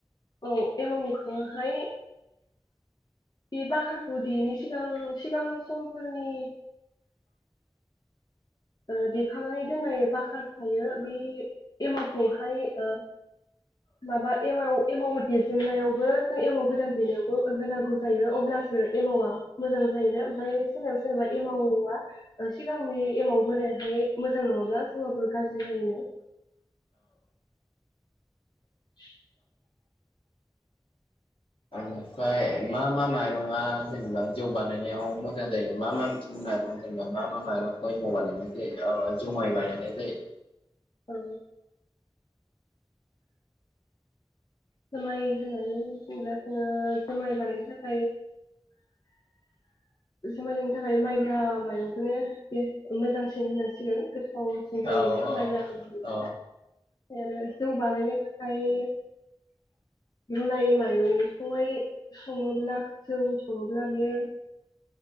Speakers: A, on the left; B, on the left.
A: औ एमाव मोखाङाहाय। बे बाखारखौ देयिनि सिगां सिगां समफोरनि। ओ देखानानै दोननाय बाखार थायो बे एमावखौहाय ओ माबा एमाव एमाव देजेननायावबो जों एमाव गोदान देनायावबो होनांगौ जायो अब्लासो एमावा मोजां जायोनो ओमफाय सोरनाबा सोरनाबा एमावआ ओ सिगांनि एमाव। बोरायाहाय मोजां नङाब्ला जौआबो गाज्रि जायोनो। <inaudible>
B: ओमफाय मा मा माइरङा जेनेबा जौ बानायनायाव मोजां जायो मा मा बिथिंनि माइरं जेनेबा मा मा माइरंखौ एम' बानायनाय जायो जुमाय बानायनाय जायो
A: औ। जोमाय होननानै बुङोब्ला जोङो जोमाय बानायनो थाखाय जुमाय लोंनो थाखाय माइब्रा माइरंखोनो बे मोजांसिन होननां सिगोन गोथावसिन जायोनो
B: औ औ
A: माइब्रा <unintelligible> ओमफाय
B: औ
A: आरो जौ बानायनो थाखाय रुनाय माइरंखौहाय सङोब्ला जौ सङोब्ला बियो।